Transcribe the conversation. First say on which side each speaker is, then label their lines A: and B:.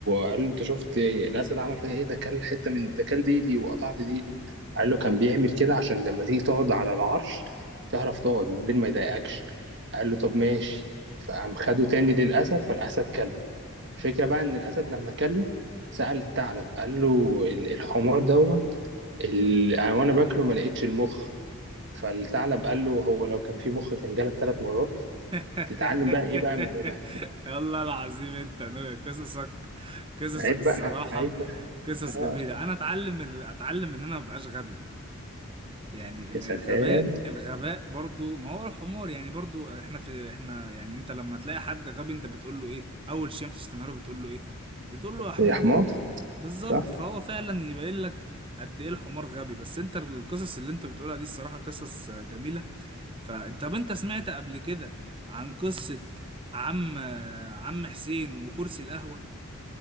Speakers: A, on the right; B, on the right.
A: قال له انت شفت الاسد عمل فيها ايه ده كل حته من ده كل ديلي وقطع لي ديلي قال له كان بيعمل كده عشان لما تيجي تقعد على العرش تعرف تقعد الديل ما يضايقكش قال له طب ماشي فقام خده تاني للاسد فالاسد كله الفكره بقى ان الاسد لما كله سأل الثعلب قال له ال- الحمار دوت ال... أنا- وانا باكله ما لقيتش المخ فالثعلب قال له هو لو كان في مخ كان جالك ثلاث مرات
B: <laughs>
A: تتعلم بقى ايه بقى من هنا
B: والله العظيم انت نو- قصصك قصصك
A: عيب
B: الصراحة
A: بقى عيب بقى
B: قصص
A: اه
B: جميلة انا اتعلم ال- اتعلم ان انا مبقاش غبي يعني ال-
A: يا سلام
B: الغباء الغباء برضو ما هو الحمار يعني برضو احنا في احنا يعني انت لما تلاقي حد غبي انت بتقول له ايه اول شيء بتشتمها له بتقول له ايه بتقول له يا حمار
A: يا حمار
B: بالظبط
A: صح
B: فهو فعلا يبين لك قد ايه الحمار غبي بس انت القصص اللي انت بتقولها دي الصراحة قصص آه، جميلة فانت طب انت سمعت قبل كده عن قصة عم آه، عم حسين وكرسي القهوة